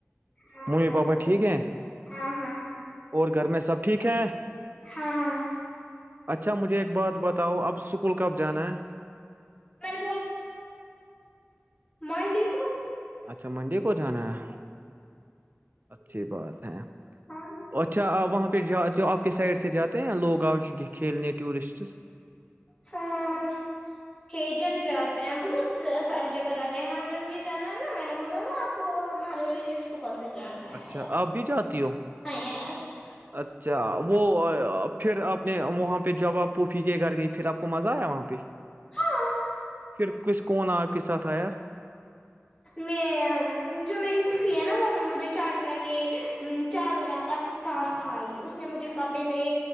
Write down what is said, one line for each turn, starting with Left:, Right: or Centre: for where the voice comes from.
Left: ہاں
Right: ممی
Left: ہاں
Right: پاپا ٹھیک ہے
Left: ہاں ہاں
Right: اور گھر میں سب ٹھیک ہے
Left: ہاں
Right: اچھا مجھے ایک بات بتاؤ اب اسکول کب جانا ہے
Left: میں نے بول مانڈی کو
Right: اچھا منڈے کو جانا
Left: ہاں
Right: ہے
Left: یس
Right: اچھی بات ہے
Left: ہاں
Right: اچھا وہاں پہ پہ جو آپ کے سائڈ سے جاتے ہیں لوگ آ ج کھیلنے ٹورسٹس
Left: ہاں ہجن جاتے ہیں بہت ساری جگہ جاتے ہیں ہم ا بھی جانا ہے نا میں نے بولا نا آپ وہ مہاابیر کے سکل سے جانا ہے
Right: اچھا
Left: یار
Right: آپ بھی جاتی ہو
Left: ہاں س
Right: اچھا وہ پھر آپ نے وہاں پہ جوباب پوفی کے گھر گئی پھر آپ کو مزہ آیا وہاں پہ
Left: ہاں
Right: پھر کچھ کون آپ کے ساتھ آیا
Left: میں جو میری پھفی ہے نا وہ مجھے چارڈورا کے چاارو رات تک ساتھ آئی اس نے مجھے کپڑے لے